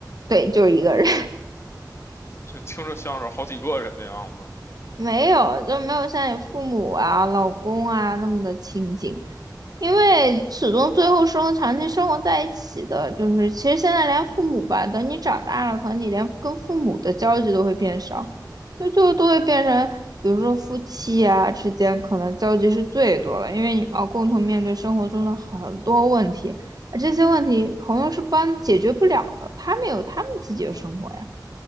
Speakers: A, on the right; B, on the left.
A: 对，就是一个人，
B: 这听着像是好几个人的样子。
A: <laughs> 没有，就没有像你父母啊、老公啊那么的亲近。因为始终最后生活长期生活在一起的，就是其实现在连父母吧，等你长大了，可能你连跟父母的交集都会变少，就最后都会变成，比如说夫妻啊之间可能交集是最多了，因为你们要共同面对生活中的很多问题，而这些问题朋友是帮解决不了的，他们有他们自己的生活呀，